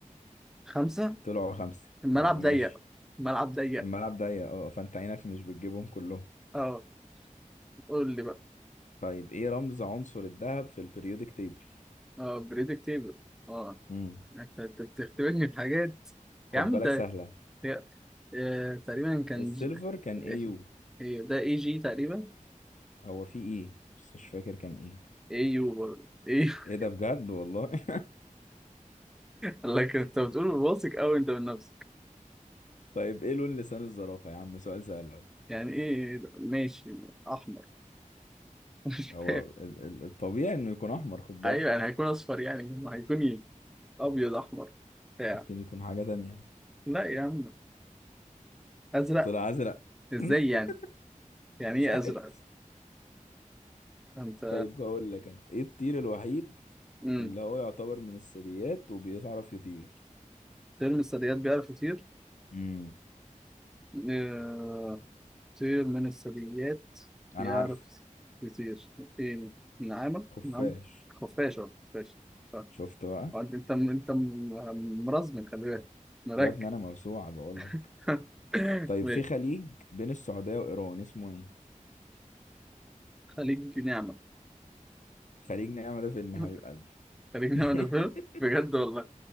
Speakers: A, in the centre; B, on the left (about 65°).
A: خمسة
B: طلعوا خمسة
A: الملعب
B: يعني
A: ضيق
B: ماشي
A: الملعب ضيق
B: الملعب ضيق اه فانت عينك مش بتجيبهم كلهم
A: اه قول لي بقى
B: طيب ايه رمز عنصر الذهب في البريودك تيبل
A: اه بريدكتيبل اه
B: امم
A: انت أنت بتختبرني بحاجات
B: خد
A: يا عم
B: بالك
A: انت
B: سهلة
A: يا- آه، تقريبا كان
B: السيلفر
A: جي...
B: كان ايه
A: ايه
B: يو
A: إيه، ده اي جي تقريبا
B: هو في ايه بس مش فاكر كان ايه
A: اي يو برضه اي <laughs>
B: ايه ده بجد والله <laughs>
A: لكن انت بتقول واثق قوي انت من نفسك
B: طيب ايه لون لسان الزرافة يا عم سؤال سهل اهو
A: يعني ايه ده؟ ماشي احمر <laughs> مش
B: هو
A: فاهم
B: ال- ال- الطبيعي انه يكون احمر خد بالك
A: ايوه يعني هيكون اصفر يعني ما هيكون ايه ابيض احمر بتاع
B: ممكن يكون حاجة تانية
A: لا يا عم ازرق
B: طلع ازرق
A: ازاي
B: <laughs>
A: يعني يعني
B: مش
A: ايه
B: عارف
A: ازرق انت
B: طيب هقول لك انا ايه الطير الوحيد
A: امم
B: اللي هو يعتبر من الثدييات وبيعرف يطير
A: ترم الثدييات بيعرف يطير
B: امم
A: آه، كثير من الثدييات
B: انا
A: بيعرف
B: عارف
A: يطير ايه نعامة
B: خفاش
A: نعم خفاشة خفاشة صح
B: شفت بقى
A: وانت- انت انت انت م- مرزم خلي بالك مركب
B: يا ابني انا موسوعة بقول لك
A: <laughs>
B: طيب
A: ماشي.
B: في خليج بين السعودية وايران اسمه ايه
A: خليك نعمة
B: خليج نعمة ده فيلم
A: <laughs>
B: حبيب قلبي
A: خليك نعمة
B: <laughs>
A: ده فيلم بجد والله